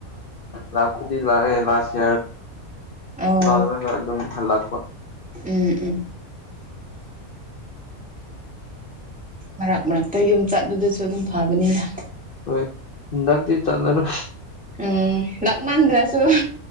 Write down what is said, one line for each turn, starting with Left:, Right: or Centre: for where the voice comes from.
Left: ꯂꯥꯛꯄꯨꯗꯤ ꯂꯥꯛꯑꯦ <unintelligible>
Centre: ꯑꯣ
Left: ꯂꯥꯛꯑꯒ ꯑꯗꯨꯝ ꯍꯜꯂꯛꯄ
Centre: ꯎꯝ ꯎꯝ ꯃꯔꯛ ꯃꯔꯛꯇ ꯌꯨꯝ ꯆꯠꯄꯗꯁꯨ ꯑꯗꯨꯝ ꯐꯕꯅꯤꯅ
Left: ꯍꯣꯏ ꯍꯟꯗꯛꯇꯤ ꯆꯠꯂꯔꯣꯏ
Centre: ꯎꯝ ꯂꯥꯛꯃꯟꯗ꯭ꯔꯁꯨ